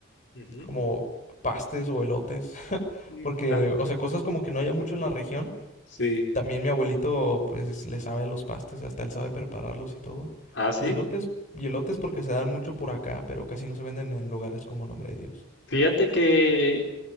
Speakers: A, on the left (about 65°); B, on the left (about 40°).
A: Ujú.
B: como pastes o elotes, <laughs>
A: Y-
B: porque,
A: Ah,
B: o sea, cosas como que no haya mucho en la región.
A: sí.
B: También mi abuelito, pues, le sabe a los pastes, hasta él sabe prepararlos y todo.
A: Ah, sí.
B: Y elotes, y elotes porque se dan mucho por acá, pero casi no se venden en lugares como Nombre de Dios.
A: Fíjate que